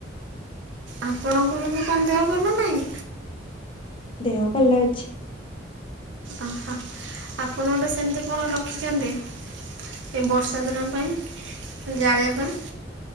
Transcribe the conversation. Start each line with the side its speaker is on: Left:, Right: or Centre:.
Right: ଆପଣଙ୍କର ବିକଣଦେହ ଭଲ ନା ନାହିଁ?
Left: ଦେହ ଭଲ ଅଛି।
Right: ଆହାଆପଣ ଗୋଟେ ସେମିତି କଣ ରଖିଛନ୍ତି? ଏ ବର୍ଷା ଦିନ ପାଇଁ ଜାଳିିବା ପାଇଁ।